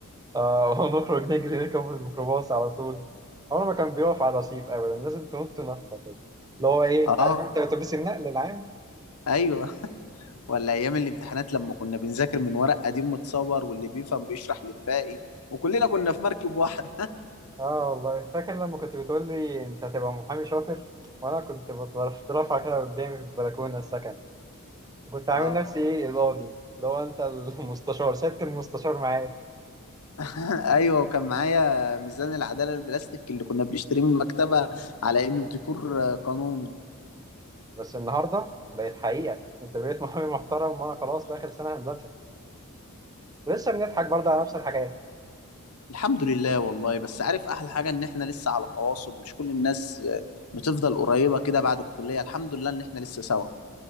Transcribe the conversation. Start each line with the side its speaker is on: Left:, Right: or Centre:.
Right: آه <laughs> ونخرج نجري نركب الميكروباص على طول عمره ما كان بيقف على الرصيف أبدا لازم تنط نطة كده اللي هو إيه
Left: اه
Right: عارف أنت أتوبيس النقل العام
Left: ايوه ولا ايام الامتحانات لما كنا بنذاكر من ورق قديم متصور واللي بيفهم بيشرح للباقي وكلنا كنا في مركب واحدة
Right: اه والله فاكر لما كنت بتقول لي انت هتبقى محامي شاطر وانا كنت بترفع كده قدامي في البلكونه السكن وكنت
Left: اه
Right: عامل نفسي ايه القاضي اللي هو انت المستشار سيادة المستشار معايا
Left: <laughs> ايوه وكان معايا ميزان العدالة البلاستيك اللي كنا بنشتريه من المكتبة على انه ديكور قانوني
Right: بس النهارده بقت حقيقه انت بقيت محامي محترم وانا خلاص في اخر سنه هندسه ولسه بنضحك برضه على نفس الحاجات
Left: الحمد لله والله بس عارف احلى حاجه ان احنا لسه على تواصل مش كل الناس آه، بتفضل قريبه كده بعد الكليه الحمد لله ان احنا لسه سوا